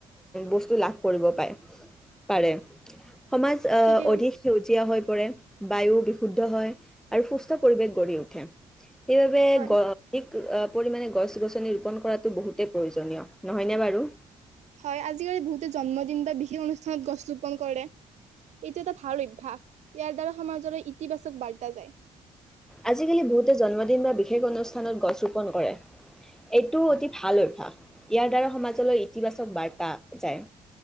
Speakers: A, in the centre; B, on the right.
A: বস্তু লাভ কৰিব পায়। পাৰে। সমাজ
B: ঠিকে
A: অধিক
B: কৈছে
A: সেউজীয়া হৈ পৰে। বায়ু বিশুদ্ধ হয় আৰু সুস্থ পৰিৱেশ গঢ়ি উঠে। সেইবাবে
B: হয়
A: গছ পৰিমাণে গছ -গছনি ৰোপন কৰাতো বহুতেই প্ৰয়োজনীয় নহয়নে বাৰু?
B: হয় আজিকালি বহুতে জন্মদিন বা বিশেষ অনুষ্ঠান। অনুষ্ঠানত গছ ৰোপন কৰে। এইটো এটা ভাল অভ্যাস ইয়াৰ দ্বাৰা সমাজৰ ইতিবাচক বাৰ্তা যায়।
A: আজিকালি বহুতে জন্মদিন বা বিশেষ অনুষ্ঠানত গছ ৰোপন কৰে। এইটো অতি ভাল অভ্যাস। ইয়াৰ দ্বাৰা সমাজলৈ ইতিবাচক বাৰ্তা যায়।